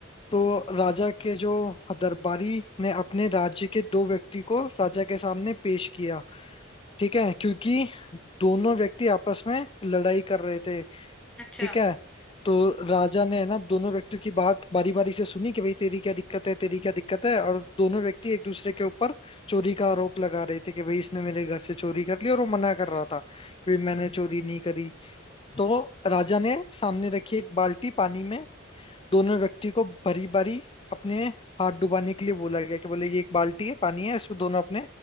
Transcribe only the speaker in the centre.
हम्म
अच्छा
हम्म